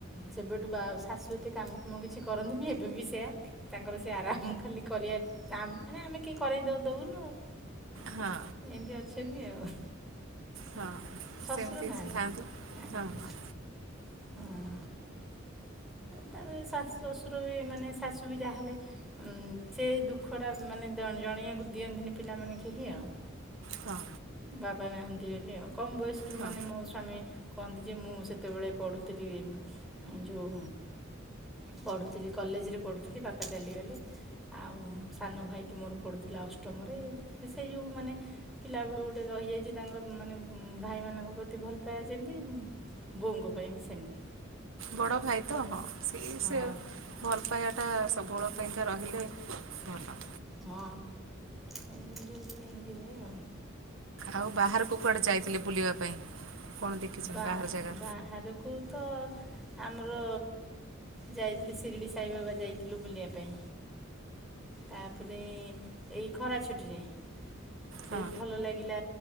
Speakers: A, in the centre; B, on the right.
A: ସେବେଠୁ ବା ଶାଶୁ ଏତେ କାମ ଫାମ କିଛି କରନ୍ତିନି ଏବେ ବି ସେୟା। ତାଙ୍କର ସେ ଆରାମ ଖାଲି କରିବା ମାନେ ଆମେ କେହି କରେଇ ତ ଦଉନୁ ଆଉ।
B: ହଁ।
A: ଏମିତି ଅଛନ୍ତି ଆଉ
B: ହଁ
A: ଶଶୁର
B: ସେମିତି
A: ନାହାନ୍ତି
B: ଥାଆନ୍ତୁ
A: ନା।
B: ହଁ ହଁ
A: ହଁ। ତାପରେ ଶାଶ ଶ୍ୱଶୁର ବି ମାନେ ଶାଶୁ ବି ଯାହେଲେ ସେଇ ଦୁଃଖଟା ମାନେ ଜଣେଇବାକୁ ଦିଅନ୍ତିନି ପିଲାମାନେ କେହି ଆଉ।
B: ହଁ
A: ବାପା ନାହାନ୍ତି ବୋଲି ଆଉ କମ ବୟସରୁ
B: ହଁ
A: ମାନେ ମୋ ସ୍ଵାମୀ କହନ୍ତି ଯେ ମୁଁ ସେତେବେଳେ ପଢ଼ୁଥିଲି ଯେଉ ପଢ଼ୁଥିଲି କଲେଜରେ ପଢ଼ୁଥିଲି ବାପା ଚାଲିଗଲେ। ଆଉ ସାନ ଭାଇଟି ମୋର ପଢୁଥିଲା ଅଷ୍ଟମରେ ସେଇ ଯଉ ମାନେ ପିଲାବେଳୁ ଗୋଟେ ରହିଯାଇଚି ତାଙ୍କର ମାନେ ଭାଇମାନଙ୍କ ପ୍ରତି ଭଲପାଇବା ଯେମିତି ବୋଉଙ୍କ ପାଇଁ ବି ସେମିତି।
B: ବଡ଼ ଭାଇତ ହଁ ସେଇ
A: ହଁ
B: ସେ ଭଲ ପାଇବାଟା ସବୁବେଳ ପାଇଁକା ରହିଲେ ଭଲ।
A: ହଁ ହେଇମିତିଆ ଟିକେ ଏମତି ହୁଏ ଆଉ।
B: ଆଉ ବାହାରକୁ କୁଆଡ଼େ ଯାଇଥିଲେ ବୁଲିବା ପାଇଁ? କଣ ଦେଖିଛନ୍ତି
A: ବା
B: ବାହାର ଜାଗା?
A: ବାହାରକୁ ତ ଆମର ଯାଇଥିଲି ଶିରିଡ଼ି ସାଇ ବାବା ଯାଇଥିଲୁ ବୁଲିବା ପାଇଁ। ତାପରେ ଏଇ ଖରା ଛୁଟିରେ। ସେ
B: ହଁ
A: ଭଲ ଲାଗିଲା